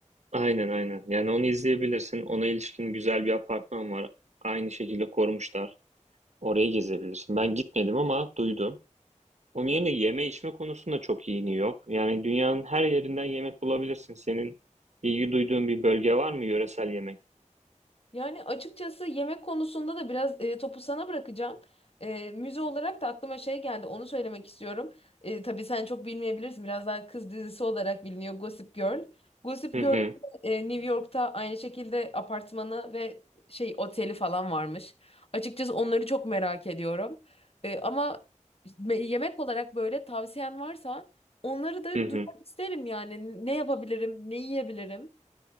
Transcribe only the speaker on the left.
Yani açıkçası yemek konusunda da biraz e, topu sana bırakacağım. E, müze olarak da aklıma şey geldi, onu söylemek istiyorum. E, tabii sen çok bilmeyebilirsin, biraz daha kız dizisi olarak biliniyor Gossip Girl. Gossip
Girl
e, New York'ta aynı şekilde apartmanı ve şey oteli falan varmış. Açıkçası onları çok merak ediyorum. E, ama me- yemek olarak böyle tavsiyen varsa onları da duymak
isterim yani. Ne yapabilirim, ne yiyebilirim?